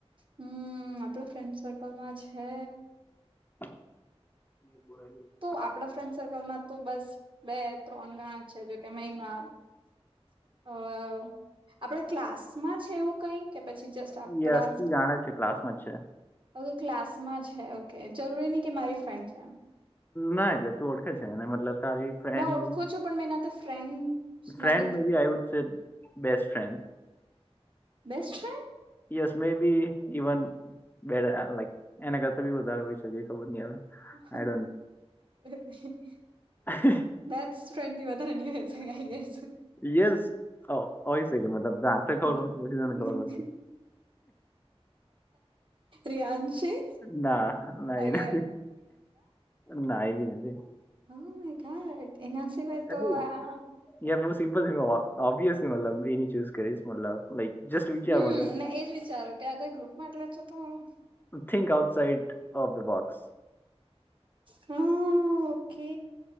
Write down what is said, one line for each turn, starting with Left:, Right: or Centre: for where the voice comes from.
Right: હમ્મ આપણા ફ્રેન્ડ સર્કલમાં છે.
Left: <inaudible>
Right: તો આપડા ફ્રેન્ડ સર્કલમાં તો બસ બે ત્રણ ગણા છે, જોકે મહિમા હો હ. આપણે ક્લાસમાં છે એવું કઈ કે પછી જસ્ટ આપડા
Left: એ અસ્તી
Right: જ
Left: જાણે છે ક્લાસમાં જ છે
Right: ઓકે ક્લાસમાં છે ઓકે જરૂરી નહી કે મારી ફ્રેન્ડ છે એમ.
Left: ના એટલે તું ઓળખે છે ને મતલબ તારી ફ્રેન્ડ
Right: મેં ઓળખું
Left: મે
Right: છું પણ મેં એના ફ્રેન્ડમાં
Left: ફ્રેન્ડ
Right: નથી
Left: મે આઈ છે best friend.
Right: Best friend!
Left: Yes maybe even બે લક એના કરતા બી વધારે હોય શકે ખબર નહિ હવે.
Right: <inaudible>
Left: આઈ અ હ.
Right: બેસ્ટ ફ્રેન્ડ ની વધારેનીય છે.
Left: યસ હોય શકે મતલબ આન્સર
Right: હમ્મ.
Left: ખબર પડશે પછી તને ખબર પડશે
Right: રિયાંશી!
Left: ના ના
Right: અગે
Left: એ નથી ના એબી નથી.
Right: હ ખાય એના સિવાય તો
Left: અરે
Right: આ
Left: યાર બહુ સિમ્પલ છે ઓબ્યસલી મતલબ બેની ચૂસ કરીશ મતલબ. જસ્ટ વિચાર
Right: હમ્મ
Left: મતલબ
Right: મેં એજ વિચાર્યું કે આગર ગ્રુપમાં એટલે છે તો હું.
Left: Think outside of the box.
Right: Hmm okay